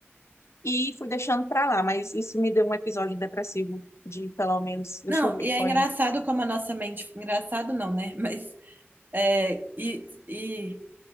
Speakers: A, on the left; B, on the right.
A: E fui deixando pra lá, mas isso me deu um episódio depressivo de pelo menos, deixa
B: Não,
A: eu ver,
B: e é
A: foi.
B: engraçado como a nossa mente. Engraçado não, né? <laughs> Mas é, e, e